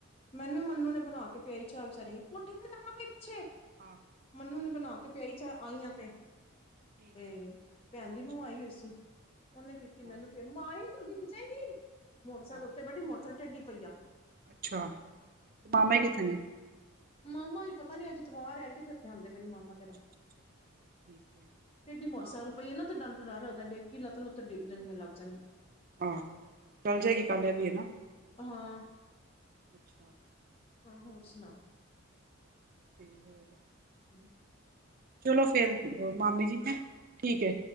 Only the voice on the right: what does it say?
ਹਾਂ
ਠੀਕ
ਹੈ
ਅੱਛਾ
ਹਾਂ
ਆ
ਅੱਛਾ ਤੇ ਮਾਮੇ ਜੀ ਕਿੱਥੇ ਨੇ
ਠੀਕ ਹੈ
ਆਹ
ਆਹ ਚੱਲ ਜਾਏਗੀ ਕੱਲ ਇਹ ਵੀ ਹੈ ਨਾ
ਅੱਛਾ
ਤੇ ਹੋਰ
ਚਲੋ ਫੇਰ, ਮਾਮੀ ਜੀ ਹੈ ਠੀਕ ਹੈ